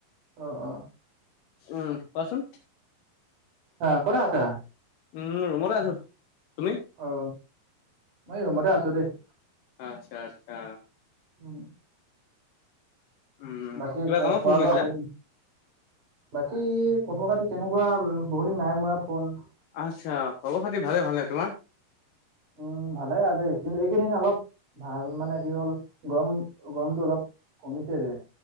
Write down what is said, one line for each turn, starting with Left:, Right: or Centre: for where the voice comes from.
Right: অ অ।
Left: উম কোৱাচোন?
Right: অ <unintelligible> আছা?
Left: উ ৰুমতে আছো। তুমি?
Right: অ মই ৰুমতে আছো দেই।
Left: আচ্ছা আচ্ছা।
Right: উম।
Left: উম
Right: বাকী
Left: কিবা
Right: খ-খোৱা-বোৱা
Left: কামত ফোন কৰিছিলা
Right: কৰি, বাকী খবৰ-খাতি তেনেকুৱা বহুতদিন নাই মৰা ফোন।
Left: আচ্ছা খবৰ খাতি ভালে ভালে, তোমাৰ?
Right: উম ভালে আজি, কিন্তু এইকেইদিন অলপ ভাল মানে কি হ'ল গৰম গৰমটো অলপ কমিছেদে